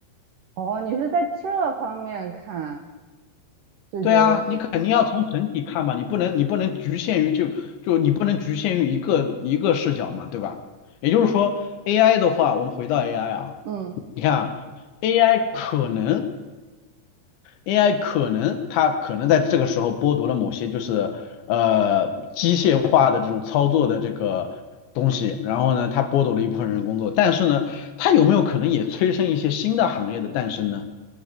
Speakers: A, on the right; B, on the left.
A: 哦，你是在这方面看，就觉得，
B: 对啊，你肯定要从整体看嘛，你不能你不能局限于就就你不能局限于一个一个视角嘛，对吧？也就是说，AI 的话，我们回到 AI 啊，
A: 嗯，
B: 你看啊，AI 可能 AI 可能它可能在这个时候剥夺了某些就是呃机械化的这种操作的这个东西，然后呢，它剥夺了一部分人工作，但是呢，它有没有可能也催生一些新的行业的诞生呢？